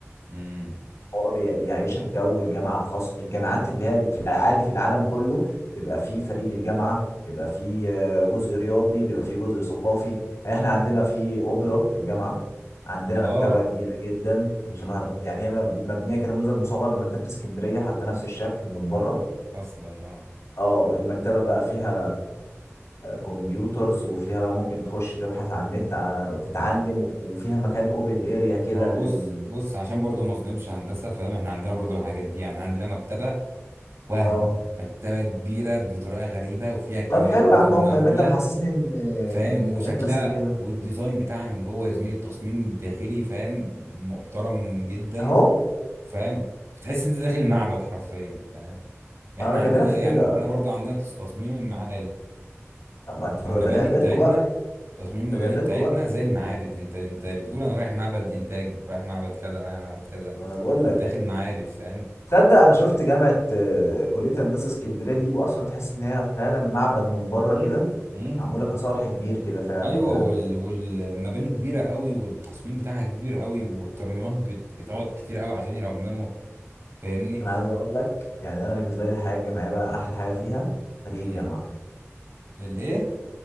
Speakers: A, on the right; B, on the left.
A: امم
B: هو بي- بيعيشك جو الجامعة الخاص الجامعات اللي هي في العادي في العالم كله بيبقى فيه فريق للجامعة بيبقى فيه آه، جزء رياضي بيبقى فيه جزء ثقافي يعني احنا عندنا في أوبرا في الجامعة عندنا
A: الله
B: مكتبة كبيرة جدا
A: امم
B: شبه يعني هي مب- مبنية كنموذج مصغر لمكتبة اسكندرية حتى نفس الشكل من بره
A: أصلا أه
B: اه المكتبة بقى فيها آه، كمبيوترز وفيها بقى ممكن تخش تبحث عن النت ع- وتتعلم وفيها مكان اوبن اريا كده
A: ما هو بص
B: لل
A: بص عشان برضو ما اظلمش هندسه فاهم احنا عندنا برضو الحاجات دي يعني احنا عندنا مكتبه وهم
B: اه
A: مكتبه كبيره بطريقه غريبه وفيها كميه
B: طب حلو
A: كتب
B: يا عم
A: مهوله
B: هم ما انت محسسني ان
A: فاهم
B: ان
A: وشكلها
B: جامعتي بس اللي كده
A: والديزاين بتاعها من جوه يا زميلي التصميم الداخلي فاهم محترم جدا
B: اهو
A: فاهم فتحس انت داخل معبد حرفيا فاهم
B: ما
A: احنا
B: انا بكلمك
A: عندنا
B: في
A: يعني
B: كده
A: احنا برضو عندنا تصميم مع
B: طب ما ت-
A: المباني
B: ده لعبتكم
A: بتاعتنا
B: بقى
A: تصميم المباني
B: ده لعبتكم
A: بتاعتنا
B: بقى
A: زي المعابد انت انت بتقول انا رايح معبد انتاج رايح معبد كذا رايح معبد كذا
B: انا بقول لك
A: انت داخل معابد فاهم
B: تصدق انا شفت جامعه آه، كليه هندسه اسكندريه دي واصلا تحس ان هي فعلا معبد من بره
A: امم
B: كده
A: امم
B: معموله كصرح كبير كده فعلا
A: ايوه
B: فعلا
A: وال... والمباني كبيره قوي والتصميم بتاعها كبير قوي والترميمات بت... بتقعد كتير قوي عشان يرمموا فاهمني
B: انا عايز اقول لك يعني انا بالنسبه لي الحياه الجامعيه بقى احلى حاجه فيها فريق
A: امم
B: الجامعه
A: الايه